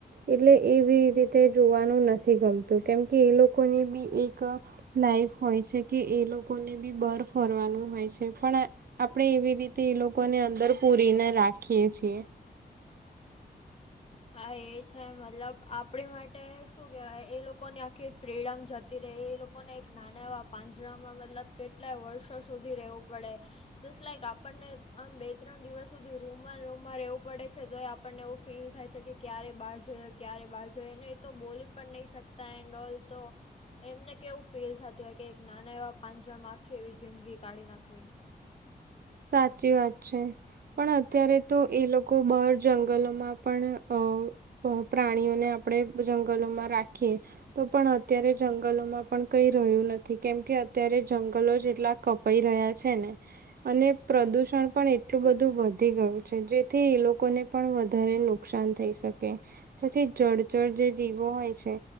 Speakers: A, on the right (about 65°); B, on the left (about 35°).
A: એટલે એવી રીતે જોવાનું નથી ગમતું કેમ કે એ લોકોને બી એક લાઈફ હોય છે, કે એ લોકોને બી બાર ફરવાનું હોય છે, પણ આપણેે એવી રીતે એ લોકોને અંદર પુરીને રાખીએ છીએ.
B: હા એ છે, મતલબ આપણી માટે શું કહેવાય એ લોકોને આખી ફ્રીડમ જ તી રેય એ લોકોને એક નાના એવા પાંજરામાં મતલબ કેટલાય વર્ષો સુધી રહેવું પડે જસ્ટ લાઈક આપણને આમ બે ત્રણ દિવસ સુધી રૂમમાંને રૂમમાં રહેવું પડે છે, તો એ આપણને એવું ફીલ થાય. છે, કે ક્યારે બાર જઈએ ક્યારે બાર જઈએ અને એ તો બોલી પણ નહી શકતા એ <unintelligible> તો એમને કેવું ફીલ થતું હોય કે એક નાના એવા પાંજરામાં આખી એવી જિંદગી કાઢી નાખવી.
A: સાચી વાત છે. પણ અત્યારે તો એ લોકો બાર જંગલોમાં પણ અ પ્ર પ્રાણીઓને આપણે જંગલોમાં રાખીએ. તો પણ અત્યારે જંગલોમાં પણ કઈ રહ્યું નથી કેમ કે અત્યારે જંગલો જેટલા ક પાઈ રહ્યા છે, ને અને પ્રદૂષણ પણ એટલું બધું વધી ગયું છે, જેથી એ લોકોને પણ વધારે નુ નુકસાન થઈ શકે. પછી જળચર જે જીવો હોય છે